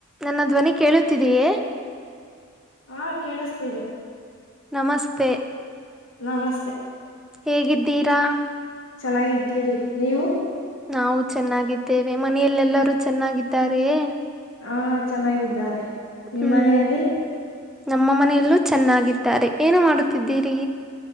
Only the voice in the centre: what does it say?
ನನ್ನ ಧ್ವನಿ ಕೇಳುತ್ತಿದೆಯೇ
ನಮಸ್ತೆ
ಹೇಗಿದ್ದೀರಾ
ನಾವು ಚೆನ್ನಾಗಿದ್ದೇವೆ ಮನಲ್ಲಲ್ಲರೂ ಚೆನ್ನಾಗಿದ್ದಾರೇಯೇ
ಹ್ಮ್
ನಮ್ಮ ಮನೆಯಲ್ಲೂ ಚೆನ್ನಾಗಿದ್ದಾರೆ ಏನು ಮಾಡುತ್ತಿದ್ದೀರಿ.